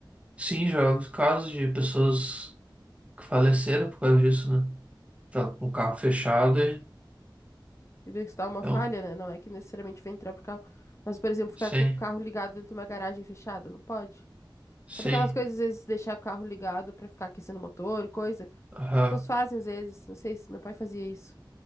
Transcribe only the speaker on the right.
Sim, já houve casos de pessoas que faleceram por causa disso, né? Tá com o carro fechado e.
Então,
sim,
sim.
Aham,